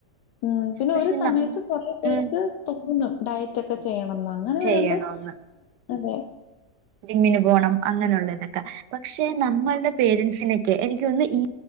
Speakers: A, on the left; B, on the right.
A: ഉം പിന്നെ
B: പക്ഷെ
A: ഒരു സമയത്ത്
B: നം
A: കൊറെ പേർക്ക്
B: ഉം
A: തോന്നും ഡയറ്റ് ഒക്കെ ചെയ്യണംന്ന് അങ്ങനെ
B: ചെയ്യണോന്ന്
A: വരുമ്പം അതെ
B: ജിമ്മിന് പോണം അങ്ങനെയുള്ളതൊക്കെ പക്ഷെ നമ്മൾടെ പേരൻസ് സിനക്കെ എനിക്കൊന്ന് ഈ